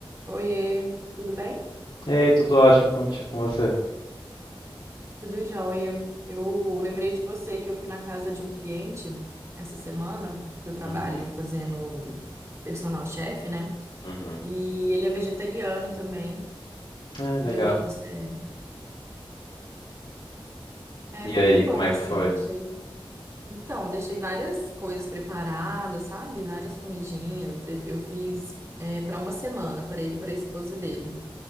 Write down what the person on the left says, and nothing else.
Ei, tudo ótimo com, ti- com você?
Uhum,
uhum.
É, legal.
E
aí,
como é
que foi?